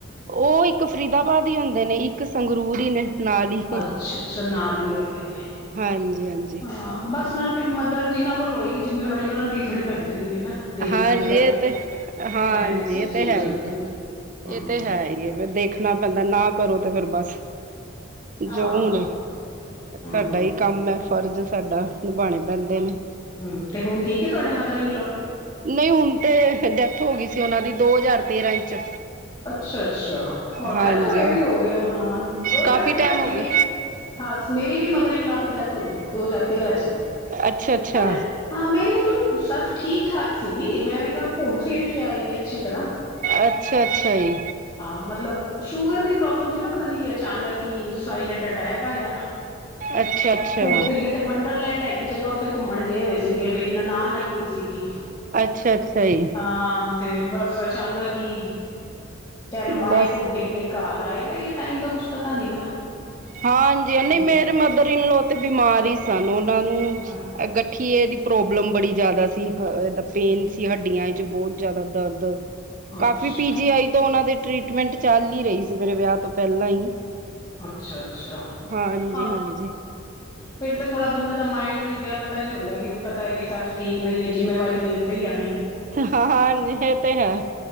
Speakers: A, on the right; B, on the left.
A: ਉਹ ਇੱਕ ਫਰੀਦਾਬਾਦ ਹੀ ਹੁੰਦੇ ਨੇ ਇੱਕ ਇੱਕ ਸੰਗਰੂਰ ਹੀ ਨੇ ਨਾਲ ਹੀ
B: ਅੱਛਾ ਅੱਛਾ ਨਾਲ ਹੀ ਹੈਗੇ
A: ਹਾਂਜੀ ਹਾਂਜੀ
B: ਹਾਂ ਬਸ ਨਾਲ ਫਿਰ ਮਦਰ ਜਿਹਨਾਂ ਕੋਲ ਹੋਏਗੀ ਜਿੰਮੇਵਾਰੀ ਉਹਨਾ ਦੀ ਥੋੜ੍ਹੀ ਬਣਦੀ, ਜਾਂਦੀ ਹੈ ਨਾ ਦੇਖਣਾ
A: ਹਾਂਜੀ
B: ਜੇ ਸਭ
A: ਇਹ ਤੇ ਹਾਂਜੀ
B: ਇਹ ਵੀ ਚੀਜ਼
A: ਤੇ
B: ਹੋ
A: ਹੈ
B: ਜਾਂਦੀ
A: ਹੀ ਹੈ
B: ਹਮ
A: ਇਹ ਤੇ ਹੈ ਹੀ ਹੈ ਫਿਰ ਦੇਖਣਾ ਪੈਂਦਾ ਨਾ ਕਰੋ ਤੇ ਫੇਰ ਬਸ
B: ਆਹੋ
A: ਜੋ ਹੁਣ
B: ਹਮ
A: ਸਾਡਾ ਹੀ ਕੰਮ ਹੈ ਫਰਜ਼ ਸਾਡਾ ਨਿਭਾਉਣੇ ਪੈਂਦੇ ਨੇ
B: ਹੂੰ ਤੇ ਹੁਣ ਠੀਕ ਤੁਹਾਡੇ ਮਦਰ ਇਨ ਲੋ
A: ਨਹੀਂ ਹੁਣ ਤਾਂ ਡੈਥ ਹੋ ਗਈ ਸੀ ਉਹਨਾਂ ਦੀ ਦੋ ਹਜ਼ਾਰ ਤੇਰ੍ਹਾਂ ਚ
B: ਅੱਛਾ-ਅੱਛਾ ਹੋਰ
A: ਹਾਂਜੀ
B: ਡੈਥ ਇਹ ਵੀ
A: ਹਾਂ
B: ਹੋ ਗਿਆ ਹਾਂ ਦੋ
A: ਕਾਫੀ
B: ਹਾਰ ਤੇਰਾਂ
A: ਟਾਈਮ
B: ਚ
A: ਹੋ
B: ਹੀ ਮੇਰ
A: ਗਿਆ
B: ਹਾਂ ਮੇਰੀ ਵੀ ਮਦਰ ਇਨਲੋਅ ਦੀ ਡੈਥ ਹੋ ਗਈ ਦੋ ਹਜ਼ਾਰ ਤੇਰਾਂ ਚ ਹੀ,
A: ਅੱਛਾ, ਅੱਛਾ
B: ਪਰ ਹਾਂ ਮੇਰੀ ਉਦੀ ਸੱਸ ਠੀਕ ਠਾਕ ਸੀਗੀ ਮੈਂ ਘੁੰਮ ਫਿਰ ਕੇ ਆਈ ਹੈ। ਅਛੀ ਤਰਾ
A: ਅੱਛਾ, ਅੱਛਾ ਜੀ
B: ਮਤਲਬ ਸ਼ੂਗਰ ਦੀ ਪ੍ਰੋਬਲਮ ਸੀ ਨਾ ਪਤਾ ਨੀ ਕੀ ਅਚਾਨਕ ਹੀ ਸਾਇਲੈਂਟ ਅਟੈਕ ਆਯਾ।
A: ਅੱਛਾ ਅੱਛਾ
B: ਘੁੰਮ ਫਿਰ ਕੇ ਇਥੇ ਵੰਡਰਲੈਂਡ ਹੈ ਈ ਹੈਗੀ ਜਗ੍ਹਾ ਉੱਥੇ ਘੁੰਮਣ ਗਏ ਹੋਏ ਸੀਗੇ, ਮੇਰੀ ਨਨਾਨ ਆਈ ਹੋਈ ਸੀਗੀ।
A: ਅੱਛਾ, ਅੱਛਾ ਜੀ
B: ਹਾਂ ਤੇ ਬਸ ਅਚਾਨਕ ਇ ਪਹਿਲੋ ਆਏ
A: ਬਸ
B: ਘੁੰਮ ਫਿਰ ਕੇ ਘਰ ਆਏ ਬ ਟਾਈਮ ਦਾ ਕੁਛ ਪਤਾ ਨੀ ਨਾ
A: ਹਾਂਜੀ,
B: ਕਿ
A: ਨਹੀਂ ਮੇਰੇ ਮਦਰ ਇਨਲੋ ਤੇ ਬਿਮਾਰ ਹੀ ਸਨ ਉਹਨਾਂ ਨੂੰ
B: ਹਾਂ
A: ਠੀਯੇ ਦੀ ਪ੍ਰੋਬਲਮ ਬੜੀ ਜ਼ਿਆਦਾ ਸੀ, ਹ ਪੇਨ ਸੀ ਹੱਡੀਆਂ ਚ ਬਹੁਤ ਜ਼ਿਆਦਾ ਦਰਦ
B: ਅੱਛਾ
A: ਕਾਫੀ ਪੀਜੀ ਆਈ ਤੋਂ ਉਹਨਾਂ ਦੇ ਟਰੀਟਮੈਂਟ ਚੱਲ ਹੀ ਰਹੀ ਸੀ ਮੇਰੇ ਵਿਆਹ ਤੋਂ ਪਹਿਲਾਂ ਹੀ।
B: ਅੱਛਾ, ਅੱਛਾ,
A: ਹਾਂਜੀ
B: ਅ
A: ਹਾਂਜੀ
B: ਫਿਰਰ ਥੋੜ੍ਹਾ ਬੰਦਾ ਦਾ ਮਾਇੰਡ ਵੀ ਵਿਆਹ ਤੋਂ ਪਹਿਲੇ ਹੁੰਦਾ ਕਿ ਵੀ ਪਤਾ ਹੈ, ਕਿ ਸੱਸ ਠੀਕ ਨਹੀਂ ਹੈ ਜਿੰਮੇਵਾਰੀ ਮੇਰੇ ਤੇ ਹੀ ਆਉ।
A: ਹਾਂ ਹਾਂਜੀ ਇਹ ਤੇ ਹੈ,